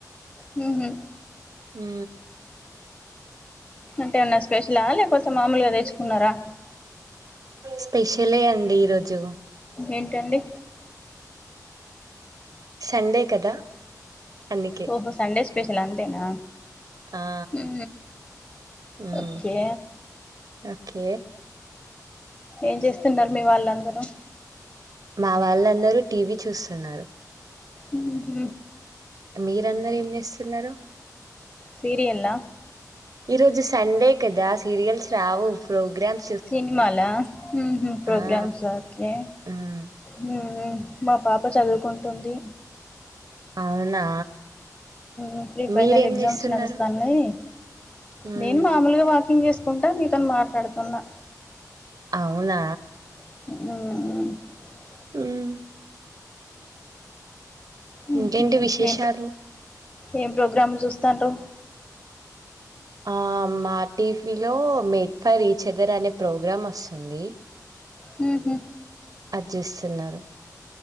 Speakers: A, on the left; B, on the right.
A: హూహు
B: మ్
A: అంటే ఏమన్నా స్పెషలా లేకపోతే మామూలుగా తెచ్చుకున్నారా
B: స్పెషలే అండి ఈరోజు
A: ఏంటండి
B: సండే కదా అందుకే
A: ఓహో సండే స్పె స్పెషల్ అంతేనా
B: ఆ
A: ఉ
B: మ్మ్
A: ఓకే
B: ఓకే
A: ఏం చేస్తున్నారు మీ వాళ్ళందరూ
B: మా వాళ్ళందరూ టీవీ చూస్తున్నారు
A: ఉ హ్
B: మీరందరు ఏం చేస్తున్నారు
A: సీరియల్ లా
B: ఈరోజు సండే కదా సీరియల్స్ రావు ప్రోగ్రామ్
A: సినిమాల మ్ హ్ ప్రోగ్రామ్స్
B: ఆ
A: ఆ ఓకే
B: మ్మ్
A: మ్ మ్ మా పాప చదువుకుంటుంది
B: అవునా
A: మ్ ప్రీ ఫైనల్
B: మీరేం
A: ఎగ్జామ్స్
B: చేస్తున్నారు
A: నడుస్తాన్నాయి
B: మ్మ్
A: నేను మామూలుగా వా ఫిన్ చేసుకుంటా మీతోని మాట్లాడుతున్నా
B: అవునా
A: మ్ మ్
B: మ్
A: మ్మ్
B: ఇంకేంటి విశేషాలు
A: ఏం ప్రోగ్రామ్ లు చూస్తాన్రు
B: ఆ మా టీవీలో మేడ్ ఫర్ ఈచ్ అదర్ అనే ప్రోగ్రాం వస్తుంది
A: హ్ హ్
B: అర్జిస్తున్నారు.